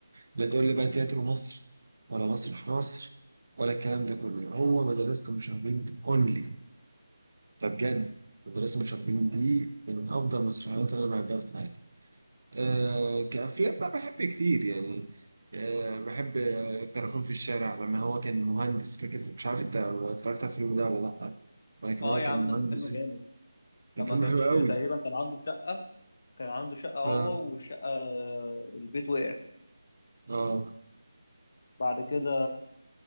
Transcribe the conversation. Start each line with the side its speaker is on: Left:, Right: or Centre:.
Right: لا تقول لي بقى تياترو مصر ولا مسرح مصر ولا الكلام ده كله هو مدرسة المشاغبين اونلي ده بجد مدرسة المشاغبين دي من افضل المسرحيات اللي انا بحبها في حياتي آه كأفلام بقى بحب كتير يعني آه بحب آه، كراكون في الشارع لما هو كان مهندس فاكر مش عارف انت اتفرجت على الفيلم ده ولا لأ ولكن
Left: اه
Right: هو
Left: يا
Right: كان
Left: عم ده
Right: مهندس
Left: كان فيلم جامد
Right: كان
Left: لما
Right: فيلم
Left: كانش
Right: حلو قوي
Left: تقريبا كان عنده شقة كان عنده شقة هو
Right: اه
Left: والشقة آه، البيت وقع
Right: اه
Left: بعد كده